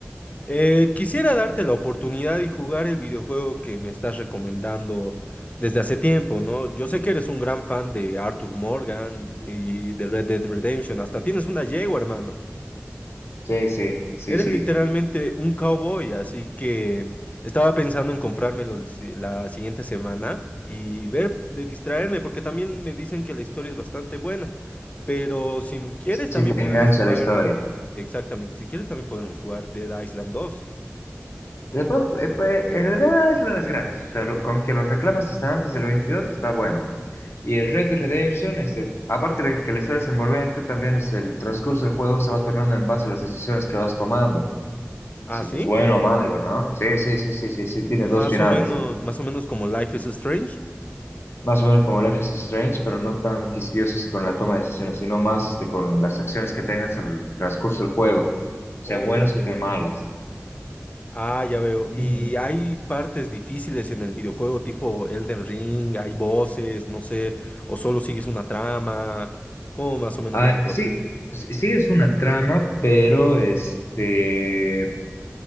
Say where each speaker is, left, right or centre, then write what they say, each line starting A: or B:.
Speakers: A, on the left; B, on the left.
A: Eh, quisiera darte la oportunidad y jugar el videojuego que me estás recomendando desde hace tiempo, ¿no? Yo sé que eres un gran fan de Arthur Morgan y de Red Dead Redemption. Hasta tienes una yegua, hermano.
B: Sí, sí, sí,
A: Eres
B: sí.
A: literalmente un cowboy, así que estaba pensando en comprármelo el si- la siguiente semana y ver de distraerme, porque también me dicen que la historia es bastante buena. Pero si me quieres,
B: Sí
A: también
B: te
A: podemos
B: engancha
A: jugar,
B: la historia.
A: exactamente, si quieres, también podemos jugar Dead Island dos
B: Después, eh, pues, el Red Dead Island es gratis, o sea, lo- con que los reclamos están antes del 22 está bueno. Y el Red Dead Redemption, este, aparte de que la historia es envolvente, también es el transcurso del juego se va tornando en base a las decisiones que vas tomando.
A: Ah,
B: Si
A: ¿sí?
B: eso es bueno o malo, ¿no? Sí, sí, sí, sí, sí, sí, tiene
A: Más
B: dos finales.
A: o menos, más o menos como Life is Strange.
B: Más o menos como Life is Strange, pero no tan quisquillosos con la toma de decisiones, sino más este, con las acciones que tengas al transcurso del juego, sean
A: Oh,
B: buenas
A: ya
B: o sean
A: veo.
B: malas.
A: Ah, ya veo.
B: Mm.
A: Y hay partes difíciles en el videojuego, tipo Elden Ring, hay voces, no sé, o solo sigues una trama. ¿Cómo más o menos
B: Ah,
A: va la cosa?
B: sí, sí, sí es una trama, pero este,